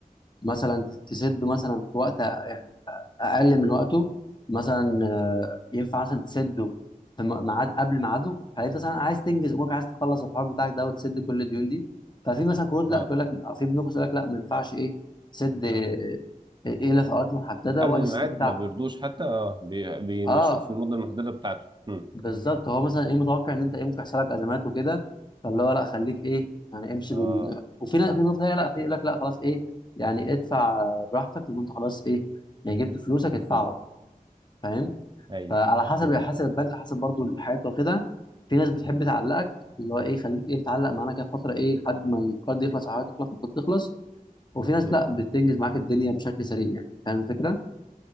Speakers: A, on the left; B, on the right.
A: مثلا تسد مثلا في وقت يعني اقل من وقته مثلا آه، ينفع مثلا تسده في م- ميعاد قبل ميعاده فانت مثلا عايز تنجز امورك عايز تخلص الحوار بتاعك ده وتسد كل الديون دي ففي مثلا قروض
B: اه
A: لا تقول لك في بنوك تقول لك لا ما ينفعش ايه تسد آه، ايه الا في اوقات محدده
B: قبل
A: وقت
B: الميعاد
A: السداد بتاعها
B: ما بيرضوش حتى اه بي- بيمشوك
A: اه
B: في المده المحدده بتاعته مم.
A: بالظبط هو مثلا ايه متوقع ان انت ايه ممكن يحصل لك ازمات وكده فاللي هو لا خليك ايه يعني امشي
B: اه
A: بال وفي ناس في ناس تانية لا في يقول لك لا خلاص ايه يعني ادفع براحتك لما انت خلاص ايه يعني جبت فلوسك ادفعها
B: مم.
A: فاهم
B: ايوه
A: فعلى حسب
B: مم.
A: حسب البنك حسب برضو الحياة وكده في ناس بتحب
B: مم.
A: تعلقك اللي هو ايه خليك ايه متعلق معانا كده فتره ايه لحد ما القرض يخلص او حياتك تخلص المفروض تخلص وفي ناس
B: مم.
A: لا بتنجز معاك الدنيا بشكل سريع يعني فاهم الفكره؟